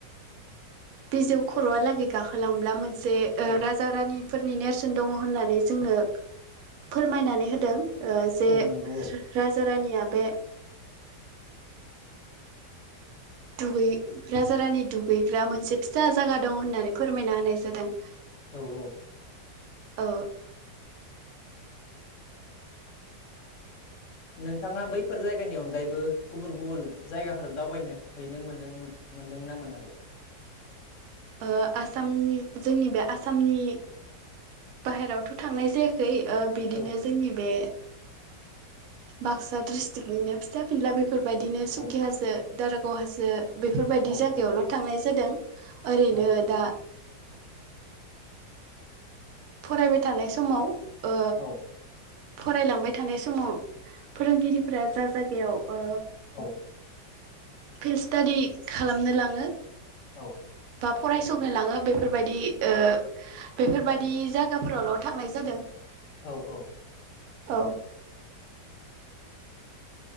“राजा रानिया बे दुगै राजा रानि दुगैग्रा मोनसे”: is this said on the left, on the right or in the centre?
Right